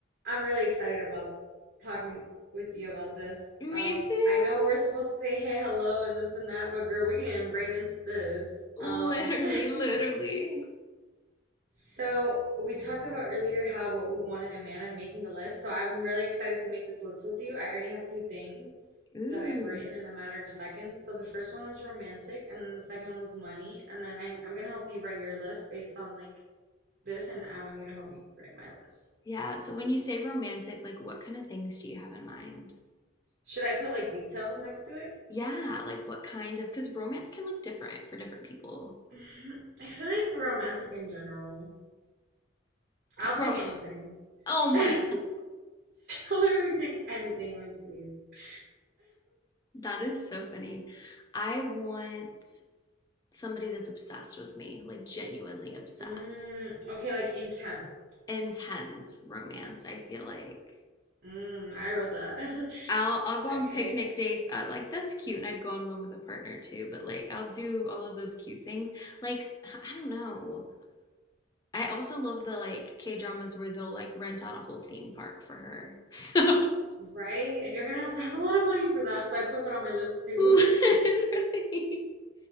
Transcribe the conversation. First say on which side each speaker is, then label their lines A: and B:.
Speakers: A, on the right; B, on the left.
A: I'm really excited about talking with you about this.
B: Me
A: Um,
B: too.
A: I know we're supposed to say hey, hello, and this and that, but girl, we're getting right into this.
B: Literally,
A: Um, <laughs>
B: literally.
A: so we talked about earlier how what we want in a man and making a list. So I'm really excited to make this list with you. I already have two things
B: Ooh.
A: that I've written in a matter of seconds. So the first one was romantic, and then the second one was money. And then I, I'm gonna help you write your list based on like this, and I want you to help me write my list.
B: Yeah, so when you say romantic, like what kind of things do you have in mind?
A: Should I put like details next to it?
B: Yeah, like what kind of, because romance can look different for different people.
A: <laughs> I feel like romantic in general. I'll
B: Girl,
A: take anything.
B: <laughs>
A: <laughs>
B: oh my
A: I'll
B: God,
A: literally take anything, like, please. <laughs>
B: that is so funny. I want somebody that's obsessed with me, like genuinely obsessed.
A: Mm, okay, like intense.
B: Intense romance, I feel like.
A: Mm, I wrote that. <laughs>
B: I'll I'll go
A: Okay,
B: on picnic dates. I, like that's cute, and I'd go on one with a partner too. But like I'll do all of those cute things. Like I don't know. I also love the like K dramas where they'll like rent out a whole theme park for her. So
A: right? And you're gonna have to have a lot of money for that, so I put that on my list
B: <laughs>
A: too.
B: literally,